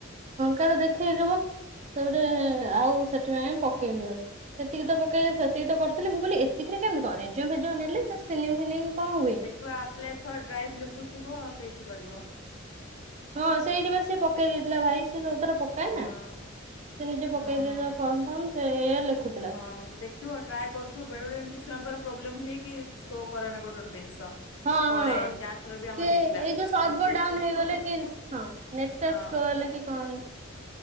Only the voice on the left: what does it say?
ଦେଖିବ ଆପ୍ଲାଏ ଫର୍ ଡ୍ରାଇଭ୍ ଲେଖୁଥିବ ସେଇଠି କରିବ।
ହଁ
ହଁ
ହଁ
ହଁ ଦେଖିବ ଟ୍ରାଏ କରୁଥିବ ବେଳେ ବେଳେ ଏମିତି ଛୁଆଙ୍କର ପ୍ରୋବ୍ଲେମ ହୁଏ କି ସୋ କରେନ ଗୋଟେ ଗୋଟେ ଜିନିଷ।
ପଳାଏ
ଏମିତି
ଆରଥର ବି ଆମର
ହେଇଥିଲା
ତମେ ଚେକ୍
କରୁଥିବ
ହବ
ହଁ।